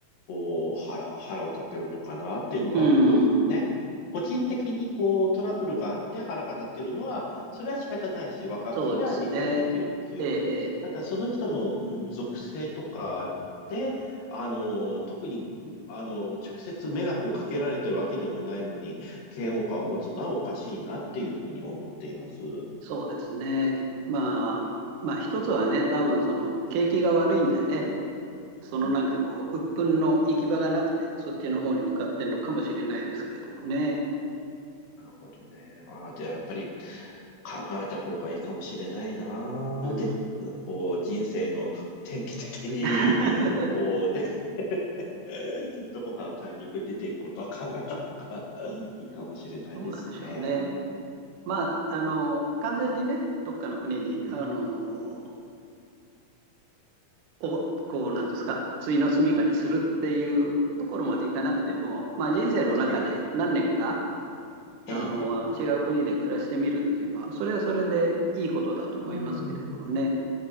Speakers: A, on the left; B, on the right.
A: こう、腹、腹を立てるのかなっていうのが、
B: う
A: こう、
B: ん、
A: ね。個人的にこう、トラブルがあって腹が立ってるのは、それは仕方ないし、わか、
B: そうですね。
A: それは理解はできるんですよ。
B: ええ、ええ、
A: ただ、その人の、うん、属性とか、であの、特に、あの、直接迷惑をかけられてるわけでもないのに、嫌悪感を持つのはおかしいなっていうふうに思っています。
B: そうですね。まあ、
A: ね
B: まあ一つはね、多分その景気が悪いんでね、そのなんかこう、
A: うん、
B: 鬱憤の行き場がなくて、そっちの方に向かってるのかもしれないですけれどもね。
A: なるほどね。ああ、じゃあやっぱり考えた方がいいかもしれないな。
B: うん。
A: で、こう、人生の転機的に、
B: <laughs>
A: こうね、<laughs> どこかのタイミングで出ていくことは考えた方がいいかもしれないですね。
B: どうなんでしょうね。まあ、あの、完全にね、どっかの国に、
A: うん、
B: あの、を、こう、なんですか、終の住処にするっていうところまでいかなくても、まあ、人生の中で何年か、
A: ええ、
B: あの、
A: ええ、
B: 違う国で暮らしてみるっていうのは、それはそれでいいことだと思いますけれどもね。
A: うん、